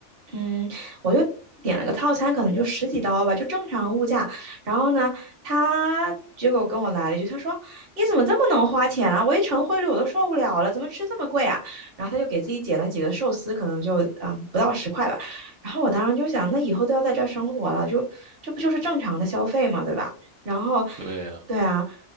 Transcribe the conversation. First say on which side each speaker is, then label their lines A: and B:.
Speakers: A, on the right; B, on the right.
A: 嗯，我就点了个套餐，可能就十几刀吧，就正常物价。然后呢，他结果跟我来了一句，他说：“你怎么这么能花钱啊？我一乘汇率我都受不了了，怎么吃这么贵啊？”然后他就给自己点了几个寿司，可能就嗯不到十块吧。然后我当时就想，那以后都要在这儿生活了，就这不就是正常的消费嘛，对吧？然后，
B: <laughs> 对呀、
A: 对啊，